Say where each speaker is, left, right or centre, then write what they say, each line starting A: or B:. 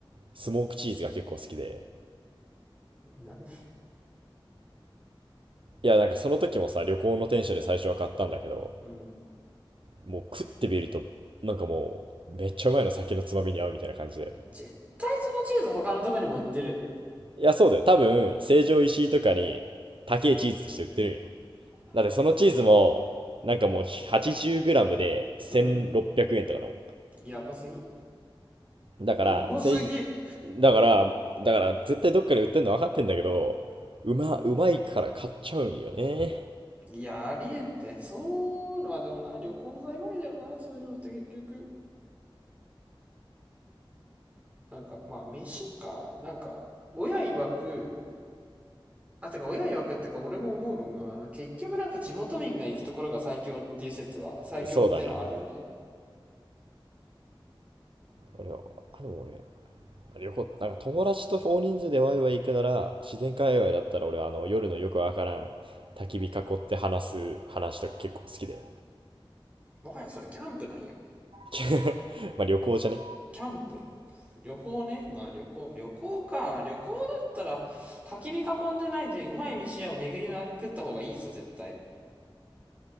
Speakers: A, on the right (about 70°); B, on the right (about 15°).
A: スモークチーズが結構好きで
B: なんで
A: いやなんかその時もさ旅行の電車で最初は買ったんだけど
B: うん。
A: もう食ってみるとなんかもうめっちゃうまいの酒のつまみに合うみたいな感じで
B: 絶対そのチーズ他のとこにも売ってる。
A: いやそうだよ多分成城石井とかに高いチーズとして売ってるんよだってそのチーズも、なんかもう 80g で1600円とかだも
B: うん。やばすぎ。
A: ん。だから、
B: やばすぎ。
A: せいだから、だから絶対どっかで売ってんの分かってんだけど、うま、うまいから買っちゃうんよね。
B: いや、ありえんって。そう、まあでもな、旅行の醍醐味だよな、そういうのって結局。なんか、まあ、飯か、なんか、親曰く、あ、てか、親曰くってか、俺も思うのが、あの結局なんか地元民が行くところが最強っていう説は、最強っていうのはあるよね。
A: そうだね。俺は、あ、でも俺、旅行、なんか友達と大人数でワイワイ行くなら、自然界隈だったら俺はあの夜のよくわからん焚き火囲って話す話とか結構好きだよ。
B: もはやそれキャンプなんよ。
A: <laughs> まあ旅行じゃね。
B: キャンプ。旅行ね。まあ旅行、旅行か。旅行だったら、焚き火囲んでないでうまい飯屋を巡りまくった方がいいぞ、絶対。